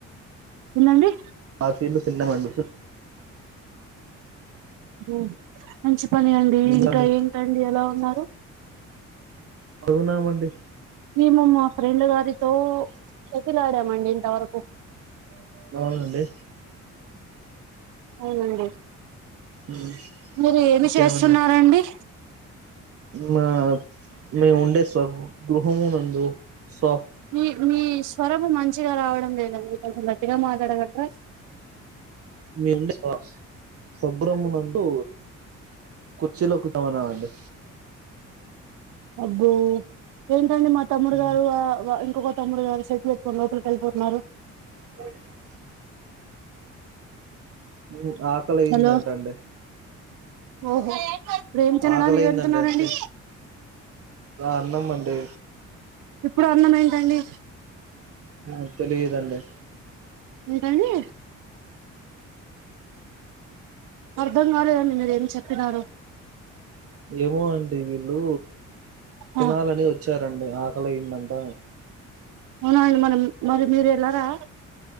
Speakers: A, on the right (about 85°); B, on the right (about 50°).
A: తినండి
B: <inaudible> తిన్నము అండి
A: ఉ మంచి పనే అండి
B: తిన్నామండి
A: ఇంకా ఏంటండి ఎలా ఉన్నారు
B: బాగున్నం అండి
A: మేము మా ఫ్రెండ్ గారితో చెప్ షటిల్ అడాము అండి ఇంతవరకు
B: అవునండి
A: అవునండి
B: ఉమ్,
A: మీరు ఏమి
B: ఇంకేమన్నా
A: చేస్తున్నారండి
B: మా మేము ఉండే స్వగృహము నందు స్వాప్
A: మీ మీ స్వరము మంచిగా రావడం లేదండి కొంచము మాట్లాడగలరా
B: మీ ముండే స్వగృహము నందు కుర్చీలు ఓక్కుతామన్నామండి
A: అబ్బో ఏంటండి మా తమ్ముడు
B: ఉమ్.
A: గారు ఆ ఇంకొక తమ్ముడు గారు షటిల్ ఎత్తుకో నీ లోపలకు వెళ్ళిపోతున్నాడు
B: <inaudible> ఇంక ఆకలి అయింది
A: హలో
B: అంటాండే
A: ఓహో ప్రేమించడానికి
B: ఆకలి అయిందండి
A: వెళ్తున్నండి
B: అంతే అన్నం అండి
A: ఇప్పుడు అన్నం ఏంటండి
B: ఆ తెలియదండి
A: ఏంటండీ అర్ధం గాలేదండి మీరు ఏం చెప్పినారు
B: ఏమో అండి వీళ్ళు తినాలని
A: ఆ
B: వచ్చి చ్చరండి ఆకలియిందంట
A: అవున అండి మనం మరి మీరు వెళ్ళరా